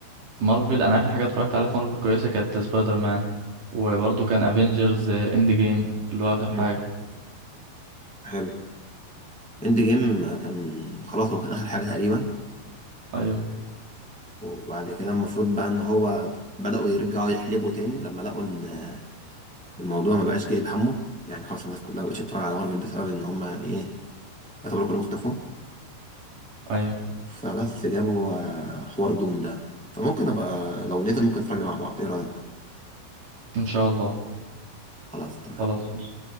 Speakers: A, on the right (about 50°); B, in the centre.
A: مارفل انا اخر حاجه اتفرجت عليها في مارفل كويسه كانت سبايدر مان وبرضه كان افنجرز اند جيم اللي هو اخر
B: مم.
A: حاجه
B: حلو اند جيم آه، كان خلاص هو كان اخر حاجه تقريبا
A: ايوه
B: وبعد كده المفروض بقى ان هو بداوا يرجعوا يحلبوا تاني لما لقوا ان آه، الموضوع ما بقاش جايب همه يعني خلاص الناس كلها ما بقتش تتفرج على مارفل بسبب ان هما يعني ايه يعتبروا كلهم اختفوا
A: ايوه
B: فبس جابوا آه، حوار دوم ده فممكن ابقى لو نزل ممكن نتفرج عليه مع بعض ايه رأيك
A: ان شاء الله
B: خلاص تمام
A: خلاص